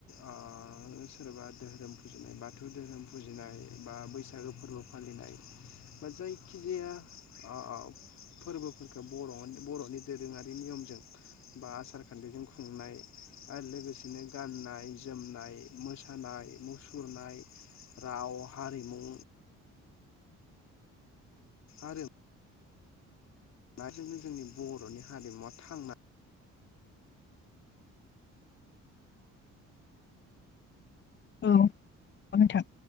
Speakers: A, on the left (about 65°); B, on the left (about 40°).
A: ओ सोरबा धोरोम फुजिनाय बाथौ धोरोम फुजिनाय बा बैसागो फोरबो फालिनाय बा जायखिजाया अ अ औ <inaudible> फोरबोफोरखौ बर' बर'नि दोरोङारि नियमजों बा आसार खान्थिजों खुंनाय आरो लोगोसेनो गाननाय जोमनाय मोसानाय मुसुरनाय राव हारिमु आरो ना जोंनो जोंनि बर'नि हारिमुवा थांना
B: औ नंगौ नोंथां